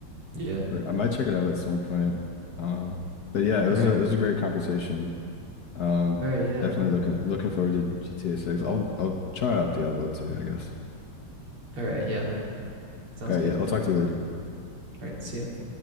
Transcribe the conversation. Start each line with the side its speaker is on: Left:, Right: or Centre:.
Right: yeah.
Left: but I might check it out at some point. Um, but yeah, it was
Right: All right.
Left: a it was a great conversation. Um,
Right: All right. Yeah.
Left: definitely looking looking forward to GTA 6. I'll I'll try out Diablo 2, I guess.
Right: All right. Yeah. Sounds
Left: All
Right: good.
Left: right, yeah, I'll talk to you later.
Right: All right. See ya.